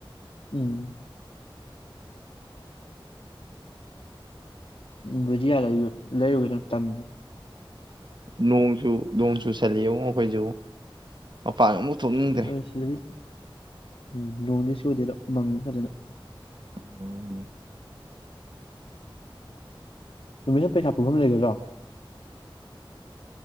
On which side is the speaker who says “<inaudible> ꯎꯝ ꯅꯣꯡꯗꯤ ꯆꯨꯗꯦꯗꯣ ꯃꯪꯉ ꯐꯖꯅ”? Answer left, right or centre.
Left